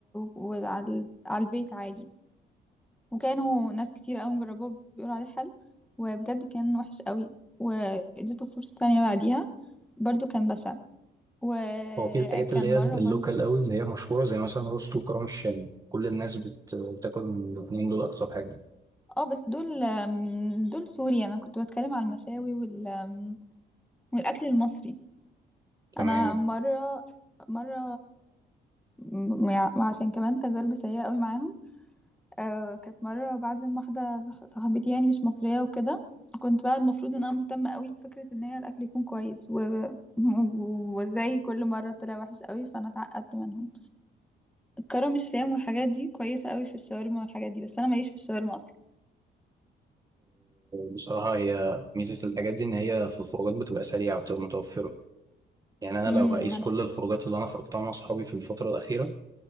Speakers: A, in the centre; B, on the right.
A: وعلى على البيت عادي وكانوا ناس كتير قوي مجربوه بيقولوا عليه حلو وبجد كان وحش قوي واديته فرصة تانية بعديها برضو كان بشع وكان
B: هو في الحاجات اللي هي
A: مرة
B: اللوكال
A: برضو
B: قوي اللي هي مشهورة زي مثلا روستو وكرم الشام كل الناس بت... بتاكل من الاتنين دول أكتر حاجة
A: اه بس دول آم، دول سوري انا كنت بتكلم على المشاوي وال آم، والاكل المصري
B: تمام
A: انا مرة مرة م- م- عشان كمان تجارب سيئة قوي معاهم آه كانت مرة بعزم واحدة صح- صاحبتي يعني مش مصرية وكده كنت بقى المفروض ان انا مهتمة قوي بفكرة ان هي الاكل يكون كويس و... <laughs> وازاي كل مرة طلع وحش قوي فانا اتعقدت منهم كرم الشام والحاجات دي كويسة قوي في الشاورما والحاجات دي بس انا ماليش في الشاورما اصلا
B: بصراحة هي ميزة الحاجات دي إن هي في الخروجات بتبقى سريعة وبتبقى متوفرة يعني أنا
A: امم
B: لو هقيس
A: ما انا
B: كل الخروجات اللي أنا خرجتها مع صحابي في الفترة الأخيرة